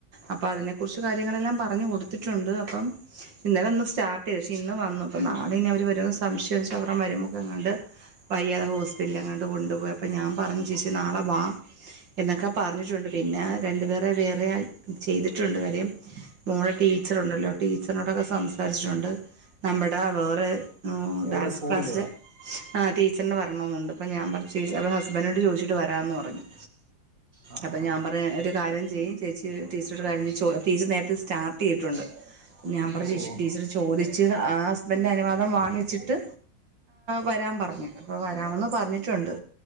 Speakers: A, on the right; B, on the right.
A: അപ്പൊ അതിനെ കുറിച്ച് കാര്യങ്ങളെല്ലാം പറഞ്ഞു കൊടുത്തിട്ടുണ്ട്, അപ്പം ഇന്നലെ ഒന്ന് സ്റ്റാർട്ട് ചെയ്തു. പക്ഷേ ഇന്ന് വന്നു. അപ്പൊ നാളെ ഇനി അവര് വരുമോന്ന് സംശയാച്ച, അവരുടെ മരുമോക്ക് എങ്ങാണ്ട് വയ്യാതെ ഹോസ്പിറ്റലില് എങ്ങാണ്ട്‌ കൊണ്ടു പോയി അപ്പോ ഞാൻ പറഞ്ഞു ചേച്ചി നാളെ വാ എന്നൊക്കെ പറഞ്ഞിട്ടുണ്ട്. പിന്നെ രണ്ടുപേരെ വേറെയായ് ചെയ്തിട്ടുണ്ട് കാര്യം മോളെ ടീച്ചറുണ്ടല്ലോ ടീച്ചർനോടൊക്കെ സംസാരിച്ച്ട്ടുണ്ട് നമ്മുടെ വേറെ
B: എവിടെ
A: ഡാൻസ്
B: സ്കൂളില്ലേ
A: ക്ലാസ്സിലെ ആഹ് ടീച്ചർന് വരണോന്നുണ്ട് പ്പ ഞാൻ പർഞ്ഞു ചേച്ചി അപ്പൊ ഹസ്ബൻഡിനോട് ചോയ്ച്ചിട്ട് വരാന്ന് പറഞ്ഞു.
B: ആ
A: അപ്പം
B: ആ
A: ഞാൻ പറയ്യാ ഒരു കാര്യം ചെയ്യ് ചേച്ചി ടീച്ചറൊരു കാര്യം ചെയ ചോ ടീച്ചർ നേരത്തെ സ്റ്റാർട്ട് ചെയ്ത്ട്ടുണ്ട് ഞാൻ പറ
B: ഓ ഓ ആ
A: ടീച്ചറ് ചോദിച്ച് ഹസ്ബൻഡിന്റെ അനുവാദം വാങ്ങിച്ചിട്ട് വരാൻ പറഞ്ഞു അപ്പൊ വരാമെന്ന് പറഞ്ഞിട്ടുണ്ട്